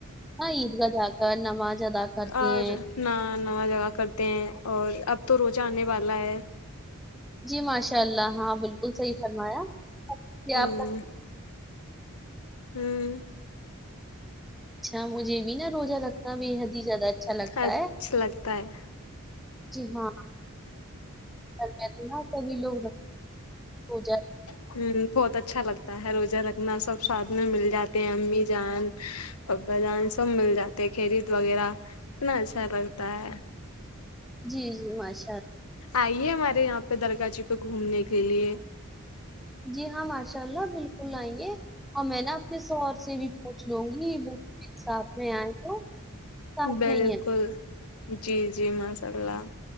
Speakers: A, in the centre; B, on the left.
A: ہاں عید گاہ جا کر نماز ادا کرتے
B: اور
A: ہیں
B: ن نو جگہ کرتے ہیں اور اب تو روزہ آنے والا ہے
A: جی ماشاء اللہ ہاں بالکل صحیح فرمایا کیا
B: ہوں
A: آپ کا
B: ہوں
A: اچھا مجھے بھی نہا روزہ لگتا بے حد ہی زیادہ اچھا لگتا
B: ہا
A: ہے
B: چھا لگتا ہے
A: جی ہاں رہتے نا کبھی لوگ پوجا
B: ہ بہت اچھا لگتا ہے روزہ رکھنا سب ساتھ میں مل جاتے ہیں امی جان ببا جان سب مل جاتے ہیں کھیرید وغیرہ اتنا اچھا لگتا ہے
A: جی جی ماش
B: آئیے ہمارے یہاں پہ درگاہ جی پہ گھومنے کے لیے
A: جی ہاں ماشاء اللہ بالکل آئیں گے اور میں نا اپنے سوہر سے بھی سوچ لوں گی وہ ساتھ میں آئے تو ساتھ
B: بالکل
A: میں ہی آئے
B: جی جی ماشاء اللہ